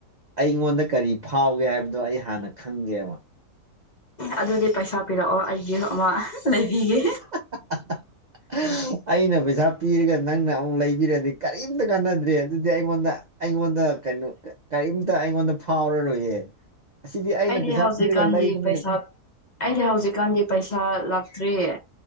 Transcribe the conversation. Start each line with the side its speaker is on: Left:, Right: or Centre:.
Right: ꯑꯩꯉꯣꯟꯗ ꯀꯔꯤ ꯐꯥꯎꯒꯦ ꯍꯥꯏꯕꯗꯣ ꯑꯩ ꯍꯥꯟꯅ ꯈꯪꯒꯦꯕ
Left: ꯑꯗꯨꯗꯤ ꯄꯩꯁꯥ ꯄꯤꯔꯛꯑꯣ ꯑꯩ ꯒꯤꯞ ꯑꯃ ꯂꯩꯕꯤꯒꯦ
Right: <unintelligible> ꯑꯩꯅ ꯄꯩꯁꯥ ꯄꯤꯔꯒ ꯅꯪꯅ ꯑꯃꯨꯛ ꯂꯩꯕꯤꯔꯗꯤ ꯀꯔꯤꯝꯇ ꯀꯥꯟꯅꯗ꯭ꯔꯦ ꯑꯗꯨꯗꯤ ꯑꯩꯉꯣꯟꯗ ꯑꯩꯉꯣꯟꯗ ꯀꯩꯅꯣ ꯀꯔꯤꯝꯇ ꯑꯩꯉꯣꯟꯗ ꯐꯥꯎꯔꯔꯣꯏꯌꯦ ꯑꯁꯤꯗꯤ ꯑꯩꯅ
Left: ꯑꯩꯗꯤ
Right: ꯄꯩꯁꯥ
Left: ꯍꯧꯖꯤꯛꯀꯥꯟꯗꯤ
Right: ꯄꯤꯔꯒ ꯂꯩꯕꯅꯤꯅ
Left: ꯄꯩꯁꯥ ꯑꯩꯗꯤ ꯍꯧꯖꯤꯛꯀꯥꯟꯗꯤ ꯄꯩꯁꯥ ꯂꯥꯛꯇ꯭ꯔꯤꯌꯦ